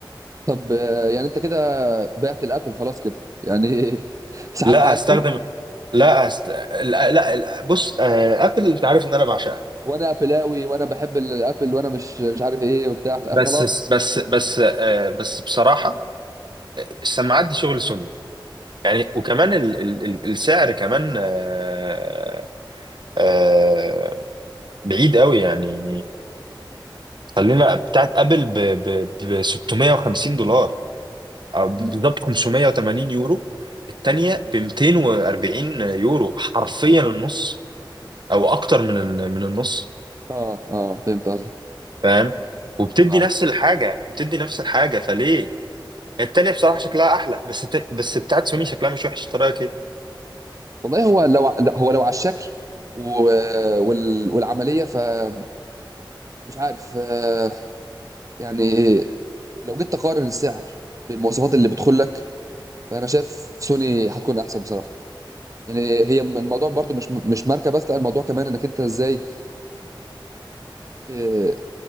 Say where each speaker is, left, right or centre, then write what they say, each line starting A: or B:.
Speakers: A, on the right (about 40°); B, on the right (about 65°).
A: طب آه، يعني انت كده بعت الابل خلاص كده يعني <laughs> سحبت
B: لا
A: عليهم
B: هستخدم لا هست... لا, لا, لا بص آه، ابل انت عارف ان انا بعشقها
A: وانا ابلاوي وانا بحب الابل وانا مش مش عارف ايه وبتاع فخلاص
B: بس بس بس آه، بس بصراحه السماعات دي شغل سوني يعني وكمان ال... ال... ال- السعر كمان آه، آه، بعيد قوي يعني خلينا بتاعت ابل ب ب ب 650 دولار أو بالظبط
A: مم.
B: 580 يورو التانية ب 240 يورو حرفيا النص او اكتر من ال- من النص
A: اه اه فهمت قصدك
B: فاهم وبتدي
A: اه
B: نفس الحاجة بتدي نفس الحاجة فليه يعني التانية بصراحة شكلها احلى بس الت- بس بتاعت سوني شكلها مش وحش إنت رايك ايه
A: والله هو لو لا، هو لو على الشكل و... وال... والعمليه فمش عارف آه يعني لو جيت تقارن السعر بالمواصفات اللي بتدخل لك فانا شايف سوني هتكون احسن بصراحه يعني هي م- الموضوع برضو مش مش ماركه بس لا الموضوع كمان انك انت ازاي آه،